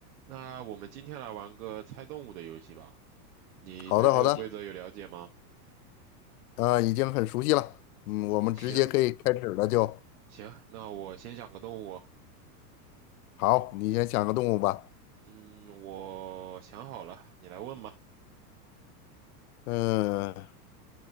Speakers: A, on the right (about 65°); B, on the left (about 65°).
A: 那我们今天来玩个猜动物的游戏吧。你对这个规则有了解吗？
B: 好的，好的，呃，已经很熟悉了。嗯，
A: 嗯，
B: 我们直接可以开始了就。
A: 行行，那我先想个动物。
B: 好，你先想个动物吧。
A: 嗯，我想好了，你来问吧。
B: 嗯、